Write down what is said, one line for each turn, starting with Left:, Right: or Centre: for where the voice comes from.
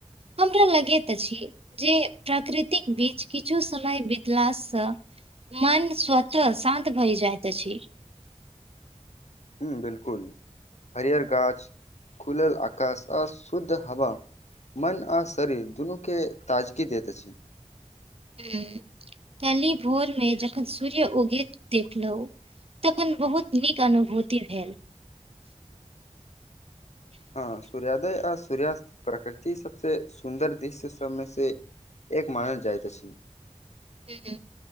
Right: हमरा लगैत अछि ई जे प्राकृतिक बीच किछु समय बितला सँ मन स्वतः शान्त भए जाइत अछि ई
Left: हूं बिलकुल हरियर गाछ खुलल आकाश आ शुद्ध हवा मन आ शरीर दुनूके ताजगी दैत अछि ई
Right: हूं कैले भोर मे जखन सूर्य उगैत देखलहु तखन बहुत नीक अनुभूति भेल
Left: हां सूर्यादय आ सूर्यास्त प्रकृति सबसे सुन्दर दृश्य सबमे से एक मानल जाइत अछी
Right: हूं हूँ